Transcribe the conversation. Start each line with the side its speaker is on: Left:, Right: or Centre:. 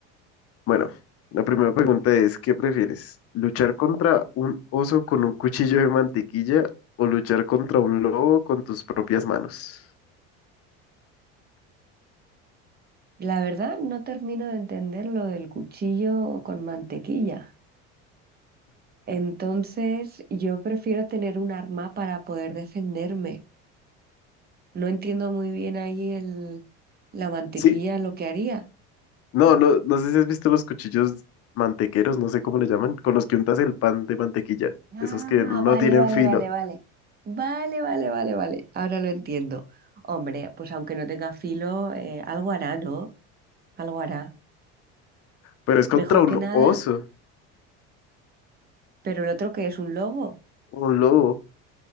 Left: Bueno, la primera pregunta es, ¿qué prefieres? ¿Luchar contra un oso con un cuchillo de mantequilla o luchar contra un lobo con tus propias manos?
Right: la verdad no termino de entender lo del cuchillo con mantequilla. Entonces, yo prefiero tener un arma para poder defenderme. No entiendo muy bien ahí el, la mantequilla
Left: Sí,
Right: lo que haría.
Left: No, no, no sé si has visto los cuchillos mantequeros, no sé cómo le llaman, con los que untas el pan de mantequilla.
Right: Ah,
Left: Esos que no
Right: vale,
Left: tienen
Right: vale,
Left: filo.
Right: vale, vale. Vale, vale, vale, vale. Ahora lo entiendo. Hombre, pues aunque no tenga filo, eh, algo hará, ¿no? Algo hará.
Left: Pero es contra
Right: Mejor
Left: un
Right: que nada,
Left: oso,
Right: pero el otro que es un lobo,
Left: un lobo.